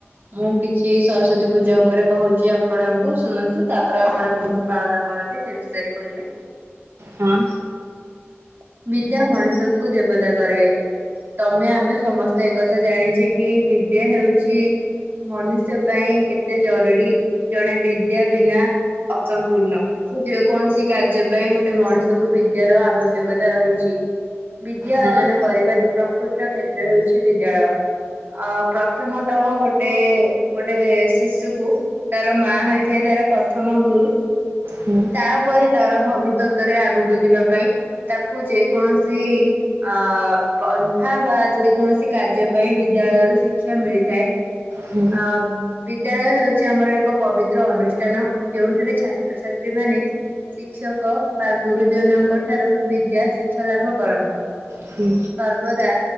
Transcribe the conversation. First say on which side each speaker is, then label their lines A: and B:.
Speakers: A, on the right; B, on the right.
A: ମୁଁ କିଛି ସରସ୍ଵତୀ ପୂଜା ଉପରେ କହୁଛି ଆପଣଙ୍କୁ ଶୁଣନ୍ତୁ ତାପରେ ଆପଣ କେମିତି ପାଳନ କରନ୍ତି ସେ ବିଷୟରେ କହିବି।
B: ହୁଁ।
A: ବିଦ୍ୟା ମଣିଷକୁ ଦେବତା କରେ। ତମେ ଆମେ ସମସ୍ତେ ଏକଥା ଜାଣିଛେ କି ବିଦ୍ୟା ହେଉଛି ମନୁଷ୍ୟ ପାଇଁ କେତେ ଜରୁରୀ ଜଣେ ବିଦ୍ୟା ବିନା ଅସମ୍ପୂର୍ଣ୍ଣ ତ ଯେକୌଣସି କାର୍ଯ୍ୟ ପାଇଁ ଗୋଟେ ମଣିଷକୁ ବିଦ୍ୟାର ଆବଶ୍ୟ କତା ରହିଛି ବିଦ୍ୟା
B: ହଁ
A: ଅର୍ଜନ କରିବାରେ ପ୍ରକୃତ କ୍ଷେତ୍ର ହେଉଛି ବିଦ୍ୟାଳୟ। ଅ ପ୍ରଥମତଃ ଗୋଟେ ଗୋଟେ ଶିଶୁକୁ ତାର ମା ହୋଇଥାଏ ତାର ପ୍ରଥମ ଗୁରୁ।
B: ହୁଁ।
A: ତାପରେ ତାର ଭବିଷ୍ୟତରେ ଆଗକୁ ଯିବା ପାଇଁ ତାକୁ ଯେକୌଣସି ଅ ପନ୍ଥା ବା ଯେକୌଣସି କାର୍ଯ୍ୟ ପାଇଁ ବିଦ୍ୟାଳୟରୁ ଶିକ୍ଷା ମିଳିଥାଏ।
B: ହୁଁ
A: ଅ ବିଦ୍ୟାଳୟ ହେଉଛି ଆମର ଏକ ପବିତ୍ର ଅନୁଷ୍ଠାନ ଯୋଉଠାରେ ଛାତ୍ରଛାତ୍ରୀମାନେ ଶିକ୍ଷକ ବା ଗୁରୁଜନଙ୍କଠାରୁ ବିଦ୍ୟା ଶିକ୍ଷା ଲାଭ କରନ୍ତି।
B: ହୁଁ।
A: ସର୍ବଦା